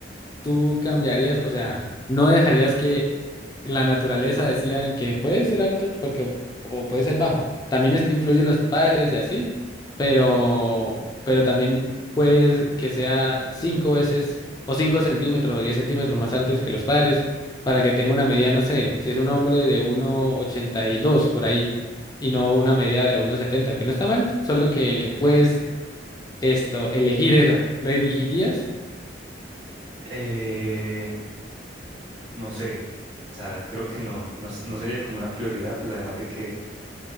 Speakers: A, on the left (about 20°); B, on the right (about 80°).
A: tú cambiarías, o sea, no dejarías que la naturaleza decida en que puede ser alto porque, o puede ser bajo. También es- influyen los padres y así, pero, pero también puede que sea cinco veces o cinco centímetros o diez centímetros más altos que los padres para que tenga una medida, no sé, si es un hombre de uno ochenta y dos por ahí y no una medida de uno setenta que no está mal, solo que puedes esto, elegir eso. ¿Lo elegirías?
B: Eh, no sé. O sea, creo que no, no, es- no sería como una prioridad, pues además de que, o